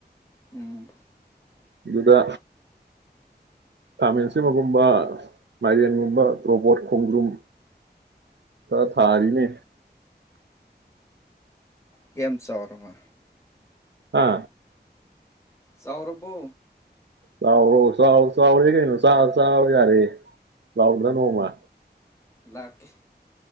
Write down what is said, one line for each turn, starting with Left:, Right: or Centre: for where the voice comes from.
Left: ꯎꯝ
Right: ꯑꯗꯨꯗ ꯈꯥꯃꯦꯟꯁꯤꯕꯒꯨꯝꯕ ꯃꯥꯏꯔꯦꯟꯒꯨꯝꯕ ꯇ꯭ꯔꯣꯕꯣꯠ ꯈꯣꯡꯗ꯭ꯔꯨꯝ ꯈꯔ ꯊꯥꯔꯤꯅꯦ
Left: ꯀꯌꯥꯝ ꯆꯥꯎꯔꯕ
Right: ꯍꯥ
Left: ꯆꯥꯎꯔꯕꯣ
Right: ꯂꯥꯎꯔꯣ ꯆꯥꯎ ꯆꯥꯎꯔꯦ ꯀꯩꯅꯣ ꯆ ꯆꯥꯕ ꯌꯥꯔꯦ ꯂꯥꯎꯗꯅ ꯅꯣꯡꯃ
Left: ꯂꯥꯛꯀꯦ